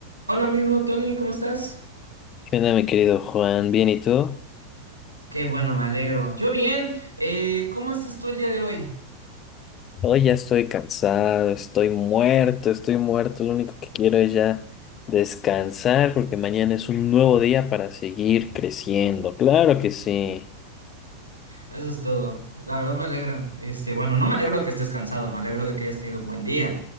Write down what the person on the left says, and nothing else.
¿Qué onda, mi querido Juan? ¿Bien y tú?
Hoy ya estoy cansado, estoy muerto, estoy muerto. Lo único que quiero es ya descansar porque mañana es un nuevo día para seguir creciendo. Claro que sí.